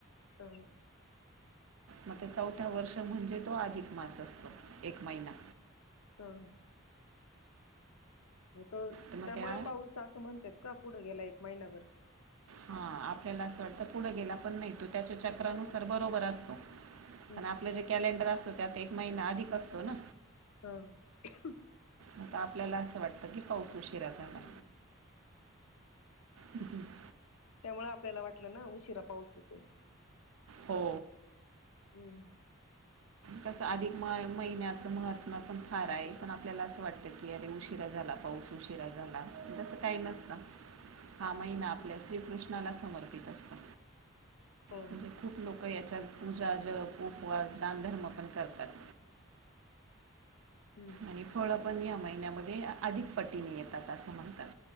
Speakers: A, on the left (about 85°); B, on the right (about 70°).
A: हा ह
B: मग ते चौथा वर्ष म्हणजे तो अधिक मास असतो एक महिना
A: हा. हा. मग त
B: तर मग
A: त्यामुळं
B: त्या
A: पाऊस असं म्हणत्यात का. पुढं गेला एक महिनाभर.
B: हा आपल्याला असं वाटतं पुढं गेला. पण नाही तो त्याच्या चक्रानुसार बरोबर असतो.
A: हम्म
B: पण आपलं
A: हम्म
B: जे कॅलेंडर असतो त्यात एक महिना अधिक असतो ना.
A: ह.
B: आता आपल्याला असं वाटतं की पाऊस उशिरा झाला.
A: हा हम्म.
B: हम्म <unintelligible>
A: त्यामुळे आपल्याला वाटलं ना उशिरा पाऊस होतोय?
B: हो
A: हम्म.
B: तस अधिक म महिन्याच महत्त्व पण फार आहे. पण आपल्याला असं वाटतं की अरे उशी उशीरा झाला. पाऊस उशीरा झाला. तस काही नसत. हा महिना
A: हम्म
B: आपल्या श्रीकृष्ण ला समर्पित असतो.
A: हो
B: म्हणजे खूप लोक याच्या पूजा जप. उपवास. दानधर्म पण करतात.
A: हम्म
B: आणि फळ पण या महिन्यामध्ये अधिक पटीने येतात. असं म्हणतात.